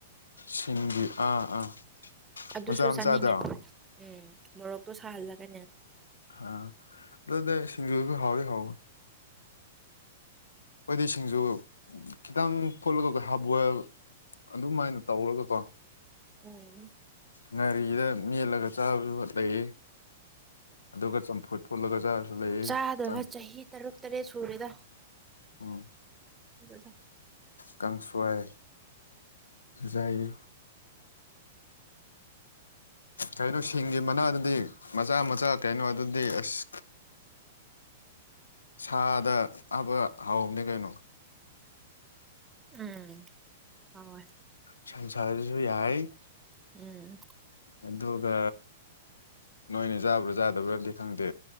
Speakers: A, on the left; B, on the right.
A: ꯁꯤꯡꯒꯤ ꯑꯥ ꯑꯥ
B: ꯑꯗꯨꯁꯨ
A: ꯃꯆꯥ
B: ꯆꯥꯅꯤꯡꯉꯦ
A: ꯃꯆꯥꯗꯣ
B: ꯎꯝ ꯃꯣꯔꯣꯛꯇꯣ ꯁꯥꯍꯜꯂꯒꯅꯦ
A: ꯍꯥ ꯑꯗꯨꯗ ꯁꯤꯡꯖꯨꯁꯨ ꯍꯥꯎꯗꯤ ꯍꯥꯎꯕ ꯑꯩꯈꯣꯏꯗꯤ ꯁꯤꯡꯖꯨ ꯈꯤꯇꯪ ꯐꯣꯠꯂꯒ ꯍꯥꯞ ꯕꯣꯜ ꯑꯗꯨꯝꯃꯥꯏꯅ ꯇꯧꯔꯒꯀꯣ
B: ꯎꯝ
A: ꯉꯥꯔꯤꯗ ꯃꯦꯠꯂꯒ ꯆꯥꯕꯗꯨ ꯂꯩꯑꯦ ꯑꯗꯨꯒ ꯆꯝꯐꯨꯠ ꯐꯨꯜꯒ ꯆꯥꯔꯥꯁꯨ ꯂꯩꯪꯑꯦ
B: ꯆꯥꯗꯕ ꯆꯍꯤ ꯇꯔꯨꯛ ꯇꯔꯦꯠ ꯁꯨꯔꯦꯗ
A: ꯎꯝ
B: <unintelligible> ꯖꯥ
A: ꯀꯥꯡꯁꯣꯏ ꯉꯥꯁꯥꯏ ꯀꯩꯅꯣ ꯁꯤꯡꯒꯤ ꯃꯅꯥꯗꯨꯗꯤ ꯃꯆꯥ ꯃꯆꯥ ꯀꯩꯅꯣ ꯑꯗꯨꯗꯤ ꯑꯁ ꯁꯥꯗ ꯍꯥꯞꯄ ꯍꯥꯎꯕꯅꯦ ꯀꯩꯅꯣ
B: ꯎꯝ ꯍꯥꯎꯑꯦ
A: ꯁꯟꯁꯥꯗꯨꯁꯨ ꯌꯥꯏ
B: ꯎꯝ
A: ꯑꯗꯨꯒ ꯅꯣꯏꯅ ꯆꯥꯕ꯭ꯔꯥ ꯌꯥꯥꯗꯕ꯭ꯔꯕꯗꯤ ꯈꯪꯗꯦ